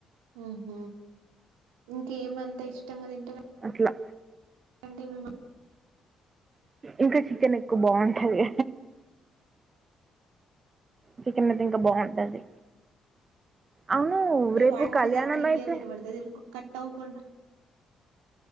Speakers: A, on the right; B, on the right.
A: ఉ హ్ ఇంకేమంతా ఇష్టంగా తింటరన్
B: ట్లా
A: ఏంటి మిమ
B: ఇంక చికెన్ ఎక్కువ బాగుంటది చికెన్ అయితే ఇంకా బాగుంటది. అవును
A: మీ
B: రేపు
A: వాయిస్ ఒక్కొక్కసారి
B: కళ్యాణం
A: క్లియర్
B: అయితే
A: వినపడతది పడుతుంది ఎందుకో కట్ అవ్వకున్